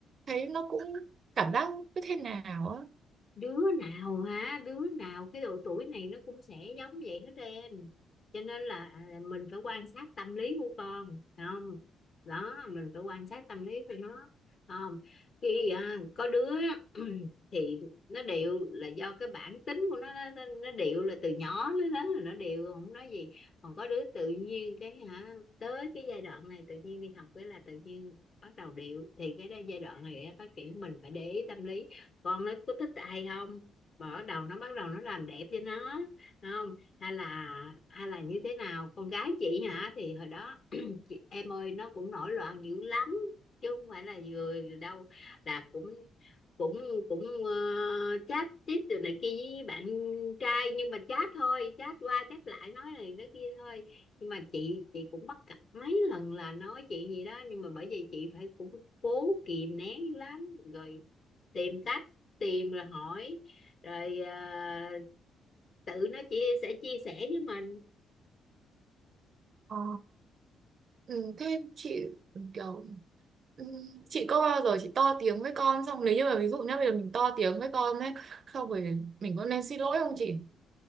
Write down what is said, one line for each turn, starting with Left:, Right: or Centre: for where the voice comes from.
Right: thấy nó cũng cảm giác cứ thế nào á
Left: đứa nào hả đứa nào cái độ tuổi này nó cũng sẽ giống vậy hết em cho nên là à, mình phải quan sát tâm lý của con phải không đó mình phải quan sát tâm lý của nó không khi à, có đứa <clears throat> thì nó điệu là do cái bản tính của nó nó, nó nó điệu là từ nhỏ đến lớn là nó điệu không nói gì còn có đứa tự nhiên cái hả tới cái giai đoạn này tự nhiên đi học cái là tự nhiên bắt đầu điệu thì cái đó giai đoạn này em phát triển mình phải để ý tâm lý con nó có thích ai không mở đầu nó bắt đầu nó làm đẹp cho nó không hay là hay là như thế nào con gái chị hả thì hồi đó <clears throat> chị, em ơi nó cũng nổi loạn dữ lắm chứ không phải là vừa đâu là cũng cũng cũng ờ, chat chít từ này kia với bạn trai nhưng mà chat thôi chat qua chat lại nói này nói kia thôi nhưng mà chị chị cũng bắt gặp mấy lần là nói chị gì đó nhưng mà bởi vì chị phải cũng cố kìm nén dữ lắm rồi tìm cách tìm rồi hỏi rồi ờ, tự nó chia sẽ chia sẻ với mình
Right: Ờ, ừ, thế chị kiểu Ừ, chị có bao giờ chị to tiếng với con xong nếu như mà ví dụ nhá bây giờ mình to tiếng với con ấy xong rồi mình có nên xin lỗi không chị